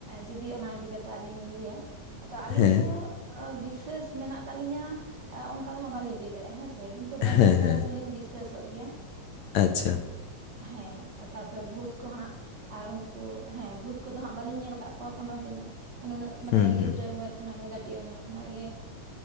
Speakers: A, on the right; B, on the left.
A: ᱡᱩᱫᱤ ᱚᱱᱟ ᱤᱫᱤ ᱠᱟᱛᱮ ᱟᱹᱞᱤᱧ ᱞᱤᱧ ᱞᱟᱹᱭᱟ ᱟᱫᱚ ᱟᱹᱞᱤᱧ
B: ᱦᱮᱸ
A: ᱫᱚ ᱵᱤᱥᱮᱥ ᱢᱮᱱᱟᱜ ᱛᱟᱹᱞᱤᱧᱟ ᱚᱱᱠᱟ ᱫᱚ ᱦᱟᱸᱜ ᱵᱟᱹᱞᱤᱧ ᱞᱟᱹᱭ ᱫᱟᱲᱮᱭᱟᱜᱼᱟ ᱦᱮᱸᱥᱮ ᱠᱤᱱᱛᱩ ᱵᱚᱸᱜᱟ
B: ᱦᱮᱸ
A: ᱪᱮᱛᱟᱱ
B: ᱦᱮᱸ
A: ᱨᱮᱫᱚᱞᱤᱧ ᱵᱤᱥᱥᱟᱹᱥᱚᱜ ᱜᱮᱭᱟ
B: ᱟᱪᱪᱷᱟ
A: ᱦᱮᱸ <unintelligible> ᱵᱷᱩᱛ ᱠᱚᱦᱟᱸᱜ ᱟᱨ <unintelligible> ᱦᱮᱸ ᱵᱷᱩᱛ ᱠᱚᱫᱚ ᱦᱟᱸᱜ ᱵᱟᱹᱞᱤᱧ ᱧᱮᱞ ᱟᱠᱟᱫ ᱠᱚᱣᱟ ᱠᱳᱱᱳ ᱫᱤᱱᱳ ᱟᱨ ᱱᱩᱱᱟᱹᱜ ᱢᱟᱱᱮ
B: ᱦᱩᱸ ᱦᱩᱸ
A: ᱜᱤᱫᱽᱨᱟᱹ ᱩᱢᱮᱨ ᱚᱱᱟᱜᱮ ᱠᱟᱴᱤᱜ ᱩᱢᱮᱨ ᱠᱷᱚᱱᱟᱜ ᱜᱮ᱾